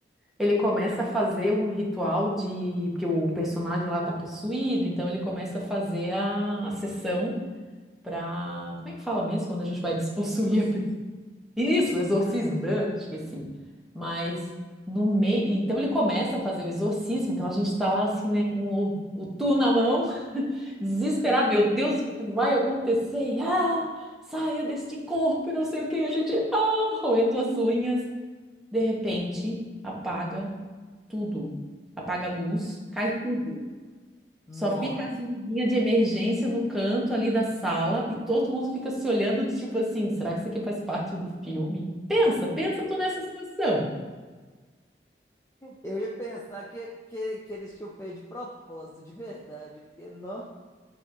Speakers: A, in the centre; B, on the left.
A: ele começa a fazer um ritual de, porque o personagem lá tá possuído, então ele começa a fazer a, a sessão para, como é que fala mesmo quando a gente vai despossuir
B: Exorcismo?
A: isso, exorcismo, né? Esqueci. Mas no meio. Então ele começa a fazer o exorcismo, então a gente tá lá assim, né, com o, o tu na mão, <laughs> desesperado, meu Deus, o que é que vai acontecer? E, Ah, saia deste corpo, e não sei o que, e a gente, ah, roendo as unhas. De repente, apaga tudo. Apaga a luz, cai tudo.
B: Nossa,
A: Só fica as luzinhas de emergência no canto ali da sala e todo mundo fica se olhando do tipo assim, será que isso aqui faz parte do filme? Pensa, pensa tu nessa situação.
B: eu ia pensar que, que, que eles tinham feito de propósito, de verdade, porque não.